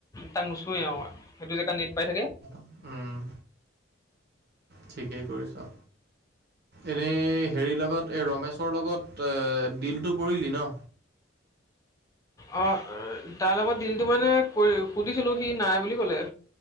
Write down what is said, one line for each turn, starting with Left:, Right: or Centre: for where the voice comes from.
Left: তাক নুচোৱে আও সেইটো জেগাত নেট পাই থাকে।
Right: ওম ঠিকেই কৰিছ। এনেই হেৰিৰ লগত এই ৰমেশ্বৰ লগত তই ডিলটো কৰিলি ন?
Left: অ তাৰ লগত দিলটো মানে কৰি সুধিছিলো সি নাই বুলি কলে।